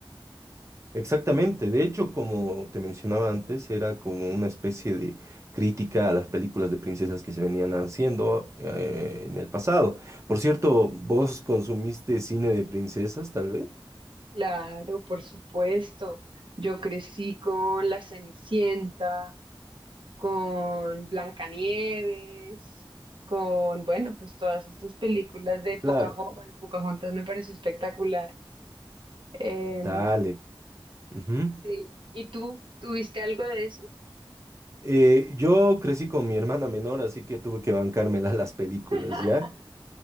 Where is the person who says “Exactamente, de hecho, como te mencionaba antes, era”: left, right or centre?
Right